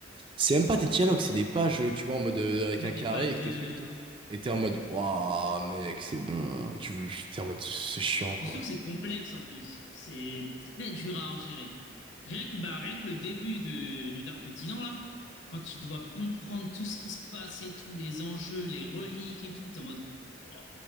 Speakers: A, on the right; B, on the left.
A: c'est même pas des dialogues, c'est des pages, tu vois, en mode euh, avec
B: Oui,
A: un
B: des
A: carré
B: pages
A: et qui
B: de...
A: t'explique et tout. Et t'es en mode, waouh, mec, c'est bon. Tu veux, t'es en mode, c'est chiant, quoi.
B: Mais surtout que c'est complexe en plus. C'est très dur à ingérer. Rien que, bah, rien que le début de, du Dark Continent, là, Quand tu dois comprendre tout ce qui se passe et tout, les enjeux, les reliques et tout, t'es en mode. Wow.